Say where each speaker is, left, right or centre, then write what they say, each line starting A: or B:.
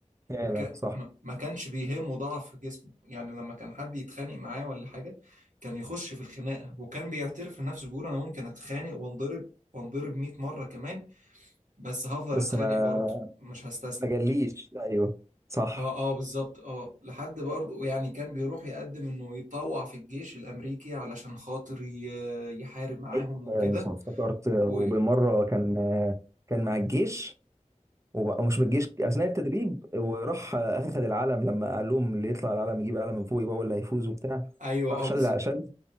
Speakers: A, on the right (about 25°); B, on the right (about 80°).
A: فعلا
B: ما كا-
A: صح
B: ما- ما كانش بيهمه ضعف جسمه يعني لما كان حد يتخانق معاه ولا حاجة كان يخش في الخناقة وكان بيعترف لنفسه بيقول أنا ممكن أتخانق وانضرب وانضرب 100 مرة كمان بس هفضل
A: بس
B: أتخانق
A: ما
B: برضه مش هستسلم
A: ما جاليش أيوه صح
B: اه اه بالظبط اه لحد برضه يعني كان بيروح يقدم انه يتطوع في الجيش الامريكي علشان خاطر ي- يحارب معاهم
A: أيوه
B: وكده
A: فعلا صح افتكرت وبالمرة
B: و...
A: كان كان مع الجيش وب- ومش بالجيش أثناء التدريب وراح أخذ العلم لما قال لهم اللي يطلع العلم يجيب العلم من فوق يبقى هو اللي هيفوز وبتاع
B: ايوه
A: راح
B: اه
A: شال
B: بالظبط
A: الع- شال